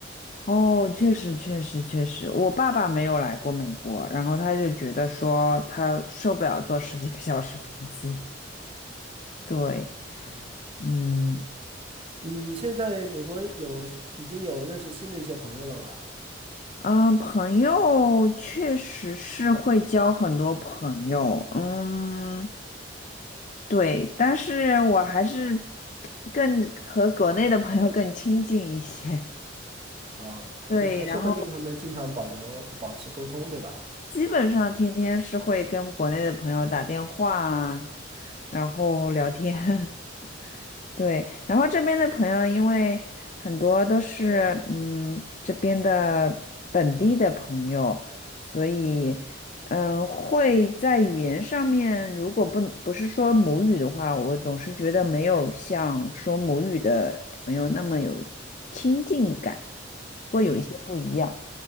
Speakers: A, on the left; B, on the right.
A: 哦，确实，确实，确实，我爸爸没有来过美国，然后他就觉得说他受不了坐十几个小时飞机。对，
B: 对，
A: 嗯，
B: 你你现在美国有已经有认识新的一些朋友了吧？
A: 嗯，朋友确实是会交很多朋友，嗯，对，但是我还是更和国内的朋友更亲近一些，
B: 啊，
A: 对，
B: 就是还是会跟他们经常保留保持沟通，
A: 然后
B: 对吧？
A: 基本上天天是会跟国内的朋友打电话啊，然后聊天，<laughs> 对，然后这边的朋友，因为很多都是嗯这边的本地的朋友，所以嗯、呃会在语言上面，如果不不是说母语的话，我总是觉得没有像说母语的朋友那么有亲近感，会有一些不一样。
B: 嗯